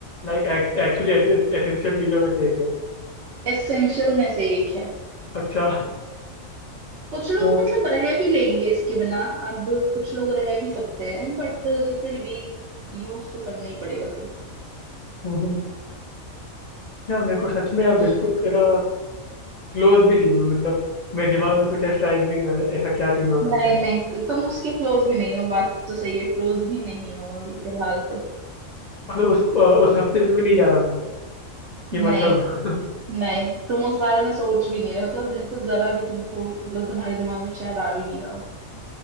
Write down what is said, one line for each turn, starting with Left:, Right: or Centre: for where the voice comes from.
Left: लाइक एक्चुअली एसेंशियल चीजों में से एक है
Right: एसेंशियल में से एक है
Left: अच्छा
Right: कुछ लोग
Left: अ,
Right: मतलब रह भी लेंगे इसके बिना अब कुछ लोग रह भी सकते हैं बट फिर भी यूज तो करना ही पड़ेगा तुमको
Left: हम्म, क्या मेरे को सच में यार बिल्कुल
Right: हम्म
Left: तेरा क्लोज भी नहीं हुआ मतलब मेरे दिमाग में कुछ स्ट्राइक भी नहीं हुआ ऐसा क्या चीज हो सकता
Right: नहीं
Left: है
Right: नहीं तुम उसके क्लोज भी नहीं हो बात तो सही है क्लोज भी नहीं हो अभी फिलहाल तो
Left: मतलब उस अ, उस रास्ते पे भी नहीं जा रहा मैं कि मतलब
Right: नहीं नहीं तुम उस बारे में सोच भी नहीं रहे मतलब बिल्कुल जरा भी तुमको मतलब तुम्हारे दिमाग में शायद आ भी नहीं रहा हो